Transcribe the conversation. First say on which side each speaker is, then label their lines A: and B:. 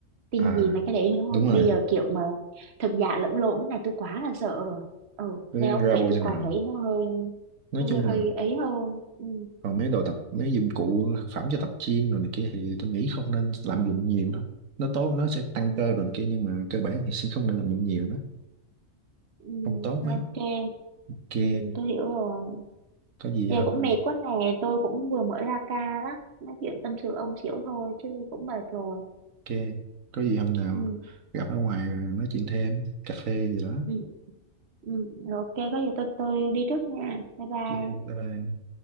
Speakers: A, on the right (about 55°); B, on the right (about 90°).
A: tin
B: à
A: gì mà cái đấy đúng
B: đúng
A: không
B: rồi
A: bây giờ kiểu mà thật giả lẫn lộn thế này tôi quá là sợ rồi ừ
B: cứ
A: nghe
B: ăn
A: ông
B: rau
A: kể tôi
B: cho
A: còn
B: rồi
A: thấy nó hơi
B: nói
A: hơi,
B: chung
A: hơi
B: là
A: ấy hơn ừ,
B: còn mấy đồ tập mấy dụng cụ thực phẩm cho tập gym rồi này kia thì tôi nghĩ không nên lạm dụng nhiều đó nó tốt nó sẽ tăng
A: ừ,
B: cơ rồi này kia nhưng mà cơ bản thì sẽ không nên lạm dụng nhiều đó
A: ừ,
B: không tốt mấy
A: ok
B: ok
A: ừ, tôi hiểu rồi
B: có gì
A: giờ
B: không
A: cũng mệt quá nè tôi cũng vừa mới ra ca đó nói chuyện tâm sự ông xỉu thôi chứ cũng mệt rồi
B: ok có gì hôm nào
A: ừ,
B: gặp ở ngoài rồi nói chuyện thêm cà phê gì đó
A: ừ, ừ, rồi ok có gì tôi tôi đi trước nha bye bye
B: ok bye bye